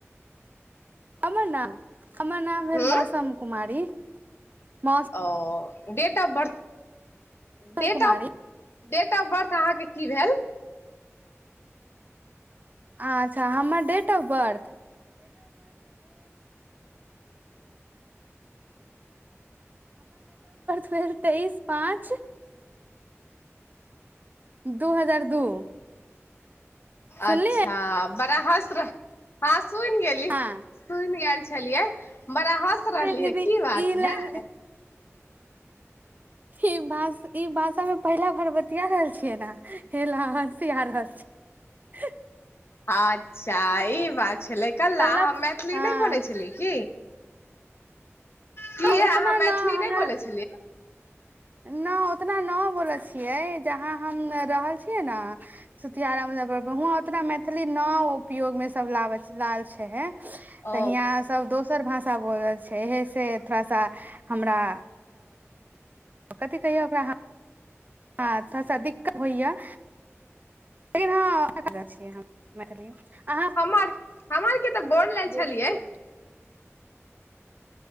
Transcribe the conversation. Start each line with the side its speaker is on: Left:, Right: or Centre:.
Right: हमर नाम हमर नाम भेल
Left: हूँ
Right: मौसम कुमारी मौसम
Left: ओ date of birth date
Right: Kumari
Left: of date of birth अहाँके की भेल
Right: अच्छा हमरडेट ऑ बर् भेल तेइस पाँच दू हजार दू सुनलियै
Left: अच्छा बड़ा हस हस रहै सुून गेलली
Right: हँ
Left: सून गेल छलियै बड़ा हँस रहलियै
Right: दीदी
Left: की बात
Right: ई लाइन
Left: भेले
Right: ई भ ई भाषामे पहिला भर बतिया रहल छियै ने हेल हँसिया रहल छी
Left: अच्छा ई बात छलै कल्
Right: कल्ला
Left: अहाँ मैथिली
Right: हँ
Left: नहि बोलै छलियै की की य
Right: उतना
Left: अहाँ
Right: न
Left: मैथिली
Right: हमरा
Left: नहि बोलै छलियै
Right: न उतना न बोलै छियै जहाँ हम रहल छीयै ने सुतियारा मुजफ्फर पर वहं उतना मैथिली न उपयोग में सब ल लाल छै हे तऽ
Left: ओ
Right: यियाँ सब दोसर भाषा भषा बोलै छै एहिसँ थोड़ा सा हमरा ओ कथी कहियौ ओकराह हँ थोड़ासा दिक्कत होइएा लेकिन हँ जाइ छियै हम <unintelligible> मैथिली अहाँ
Left: हमर हम आर के तऽ बोल लै
Right: बोलै
Left: छलियै
Right: छली